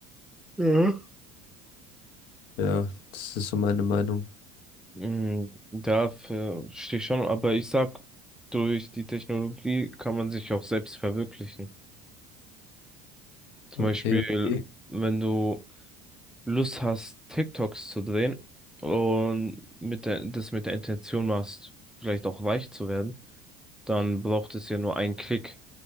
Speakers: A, in the centre; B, on the left.
A: Ja.
B: Ja, das ist so meine Meinung.
A: Mm, Dafür stehe ich schon, aber ich sag, durch die Technologie kann man sich auch selbst verwirklichen. Zum
B: Okay,
A: Beispiel,
B: okay.
A: wenn du Lust hast, TikToks zu drehen und mit der, das mit der Intention machst, vielleicht auch reich zu werden, dann braucht es ja nur einen Klick.